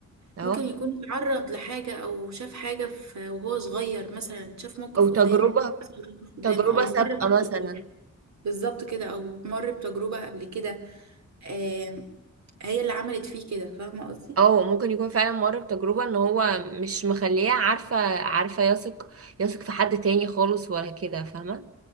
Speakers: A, on the right (about 50°); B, on the right (about 65°).
A: اهو
B: ممكن يكون اتعرض لحاجة او شاف حاجة في وهو صغير مثلا شاف موقف
A: او
B: قدامه
A: تجربة
B: حصل موقف قدامه
A: تجربة
B: او مر
A: سابقة
B: بتجربة
A: مثلا
B: بالظبط كده او مر بتجربة قبل كده آم، هي اللي عملت فيه كده فاهمة قصدي؟
A: او ممكن يكون فعلا مر بتجربة ان هو مش مخليها عارفة عارفة يثق يثق في حد تاني خالص ولا كده فاهمة